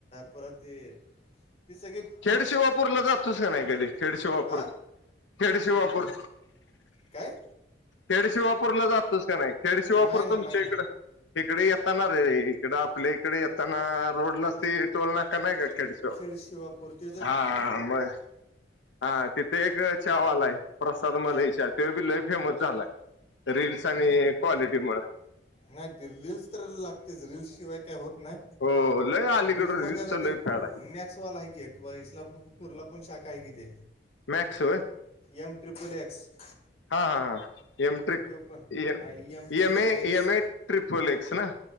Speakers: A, on the left; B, on the left.
A: परत त स कळी
B: खेडशिवापूरला जातुस का नाही कधी खेडशिवापूर
A: हा
B: खेडशिवापूर
A: काय?
B: खेडशिवापूरला जातोस का नाही खेडशिवापूर
A: नाही ना
B: तुमच्या
A: नाही ना
B: इकडं. तिकडे येताना रे इकड आपल्या इकडे येताना रोडला ते टोल नाका नायिका खेडचों
A: शिेवापूर्ती
B: हा मग हा तिथे एक चहा वाला आहे प्रसाद
A: हा
B: मलाई ते बी लय फेमस झालाय रीलस आणि क्वालिटी मुळ
A: नाही ते रीलस तर लागतेच रीलसशिवाय काही होत नाही.
B: हो लय अलीकड
A: रीलल्स
B: रील्स
A: मध्ये आता ते
B: लय फॅड आहे
A: म्या वाल आहे कि एक इस्लामपूर ला पण शाखा आहे कि ते
B: मॅक्स वय.
A: M triple X.
B: हा हा यम ट्रीक
A: तो पण
B: A
A: हा triple
B: M A
A: X
B: M triple X ना.